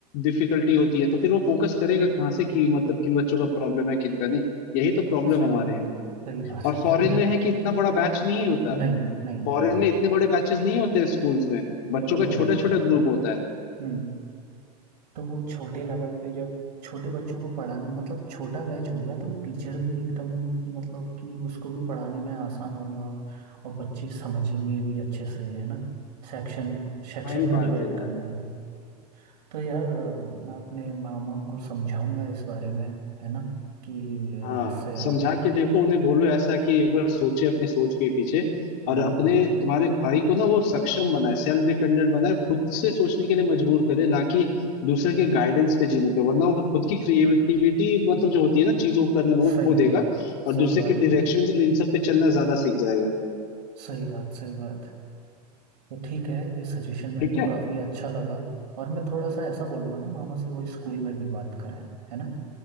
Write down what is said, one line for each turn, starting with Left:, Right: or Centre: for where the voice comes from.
Left: डिफिकल्टी होती है तो फिर वो फोकस करेगा कहाँ से कि मतलब किन बच्चों का प्रॉब्लम है किन का नहीं यही तो प्रॉब्लम
Right: सही
Left: हमारे
Right: बात
Left: यहाँ
Right: सही बात
Left: और फॉरेन में
Right: <laughs>
Left: है कि इतना बड़ा बैच नहीं होता
Right: नहीं नहीं नहीं
Left: फॉरेन में इतने बड़े बैचेस नहीं होते स्कूल्स में
Right: बिल्कुल
Left: बच्चों का
Right: भी
Left: छोटा
Right: नहीं
Left: छोटा ग्रुप होता है
Right: हम्म तो वो छोटे लेवल पे जब छोटे बच्चों को पढ़ाना मतलब छोटा बैच होगा तो टीचर भी एकदम कि मतलब कि उसको भी पढ़ाने में आसान होगा और बच्चे समझेंगे भी अच्छे से है ना सेक्शन सेक्शन
Left: वही
Right: में
Left: बात
Right: डिवाइड
Left: है यार
Right: करना है तो यार मैं अपने मामा को समझाऊंगा इस बारे में है ना कि
Left: हाँ
Right: ऐसे आप
Left: समझा के देखो उन्हें बोलो ऐसा कि एक बार सोचे अपनी सोच के पीछे
Right: हम्म
Left: और अपने तुम्हारे भाई को ना वो सक्षम बनाए सेल्फ डिपेंडेंट बनाए खुद से सोचने के लिए मजबूर करे ना कि दूसरे के गाइडेंस पे जीने पे वरना वो खुद की क्रिएटिविटी मतलब जो होती है ना चीजों को करने में वो
Right: सही
Left: खो देगा और
Right: सही
Left: दूसरे
Right: बात
Left: के डायरेक्शंस और इन सब पे चलना ज्यादा सीख जाएगा
Right: सही बात सही बात तो ठीक है ये सजेशन मेरे
Left: ठीक
Right: को
Left: है
Right: काफ़ी अच्छा लगा और मैं थोड़ा सा ऐसा बोलूँगा ना मामा से वो स्कूल में भी बात करें है ना